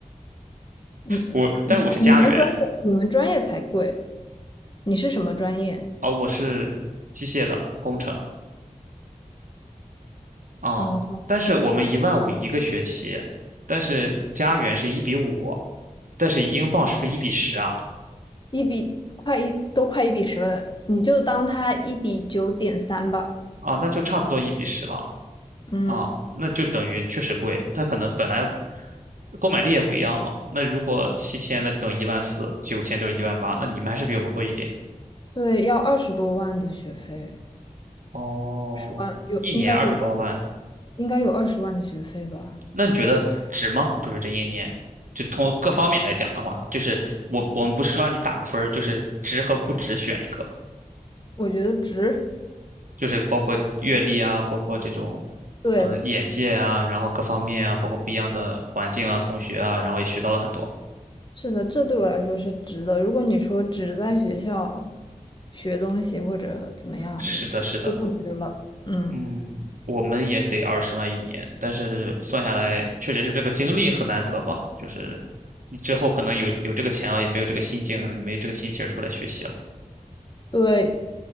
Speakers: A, on the left; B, on the right.
A: 你你你们专业你们专业才贵，
B: 我但是我是家园
A: 你是什么专业？
B: 啊，我是机械的工程。啊，
A: 哦，
B: 但是我们一万五一个学期，但是加元是一比五，但是英镑是不是一比十啊？
A: 一比快一都快一比十了，你就当它一比九点三吧。
B: 啊，那就差不多一比十了
A: 嗯。
B: 啊，那就等于确实贵。它可能本来购买力也不一样嘛。那如果七千，那就等于一万四；九千就是一万八，那你们还是比我们贵一点。
A: 对，要二十多万的学费，
B: 哦，
A: 二十万有应该有二，
B: 一年二十多万，
A: 应该有二十万的学费吧？
B: 那你觉得值吗？就是这一年，就从各方面来讲的话，就是我我们不是说让你打个分儿，就是值和不值选一个。
A: 我觉得值。
B: 就是包括阅历啊，包括这种，
A: 对，
B: 嗯、眼界啊，然后各方面啊，包括不一样的环境啊，同学啊，然后也学到了很多。
A: 是的，这对我来说是值的。如果你说只在学校学东西或者怎么样的，
B: 是的，是的，
A: 就不值了。嗯，
B: 嗯，我们也得二十万一年，但是算下来，确实是这个经历很难得吧，就是你之后可能有有这个钱了，也没有这个心境，没这个心情出来学习了。
A: 对，